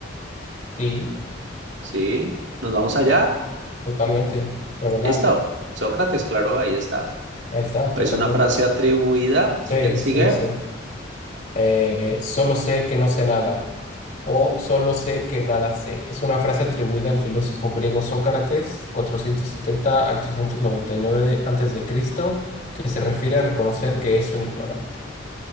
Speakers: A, on the left; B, on the right.
A: sí,
B: Sí, nos vamos allá.
A: totalmente, revelar.
B: Listo. Sócrates, claro, ahí está.
A: Ahí está, totalmente.
B: Es una frase atribuida.
A: Sí,
B: Si quieres, sigue.
A: sí, sí. Eh, solo sé que no sé nada. O solo sé que nada sé. Es una frase atribuida al filósofo griego Sócrates, (cuatrocientos setenta al trescientos noventa y nueve antes de Cristo, que se refiere a reconocer que es un ignorante.